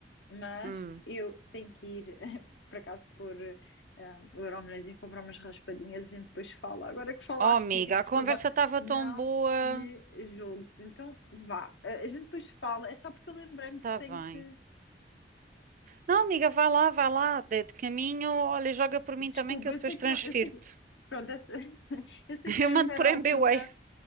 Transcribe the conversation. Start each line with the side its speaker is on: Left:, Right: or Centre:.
Left: mas
Right: Hum.
Left: eu tenho que ir, <laughs> por acaso, por eh, o Euromilhões e comprar umas raspadinhas, a gente depois fala. Agora que falaste
Right: Oh, amiga,
Left: nisso,
Right: a
Left: desculpa,
Right: conversa estava
Left: não
Right: tão boa.
Left: me julgues. Então vá, Eh, a gente depois fala, é só porque eu lembrei-me
Right: Tá
Left: que tenho
Right: bem.
Left: que
Right: Não, amiga, vai lá, vai lá. De, de caminho, olha, joga por mim
Left: Desculpa,
Right: também que eu
Left: eu
Right: depois
Left: sei
Right: transfiro-te.
Left: que não, eu sei que, pronto, essa- <laughs> eu
Right: <laughs>
Left: sei que não
Right: Eu
Left: é
Right: mando
Left: a melhor
Right: por
Left: altura,
Right: MBWay.